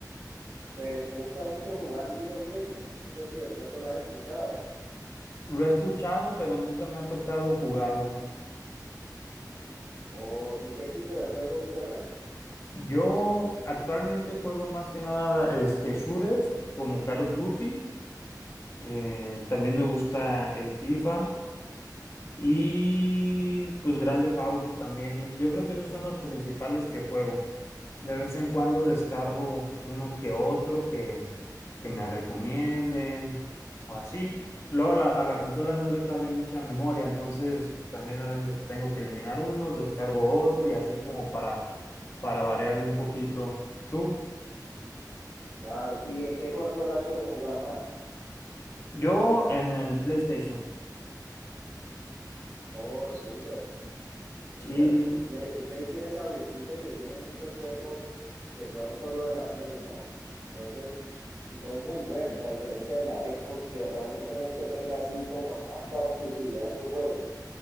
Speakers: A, on the right; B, on the left.
A: Pues me gusta mucho jugar League of Legends. No sé si de pronto lo has escuchado.
B: Lo he escuchado, pero nunca me ha tocado jugarlo.
A: O, ¿y qué tipo de juegos juegas?
B: Yo actualmente juego más que nada este shooters como Call of Duty. Eh, también me gusta el FIFA Y pues grande Theft Auto también. Yo creo que esos son los principales que juego. De vez en cuando descargo uno que otro que, que me recomienden o así. Luego a la, a la consola no le cabe mucha memoria, entonces también a veces tengo que eliminar uno, descargo otro y así como para, para variarle un poquito. ¿Tú?
A: Claro. ¿Y en qué consola sueles jugar más?
B: Yo en el PlayStation.
A: Oh, súper, súper.
B: Sí,
A: El Play, el Play tiene esa virtud de que tiene muchos juegos que son solo de la Play, ¿no? Entonces, y son muy buenos, a diferencia de la Xbox, que realmente no es que tenga así como tanta exclusividad en sus juegos.